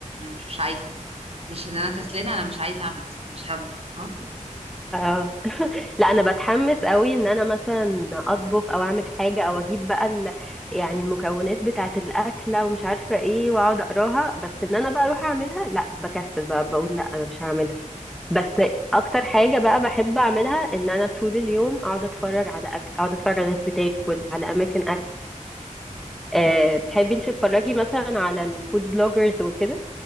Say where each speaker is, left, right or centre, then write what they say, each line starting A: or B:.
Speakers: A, on the right (about 45°); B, in the centre.
A: مش مش عايزه مش ان انا كسلانه انا مش عايزه اعمل اصلا مش حابه اه
B: اه لا انا بتحمس قوي ان انا مثلا اطبخ او اعمل حاجه او اجيب بقى ال... يعني المكونات بتاعه الاكله ومش عارفه ايه واقعد اقراها بس ان انا بقى اروح اعملها لا بكسل بقى بقول لا انا مش هعملها بس اكتر حاجه بقى بحب اعملها ان انا طول اليوم اقعد اتفرج على اكل اقعد اتفرج على ناس بتاكل على اماكن اكل أه بتحبي انت تتفرجي مثلا على الفود بلوجرز وكده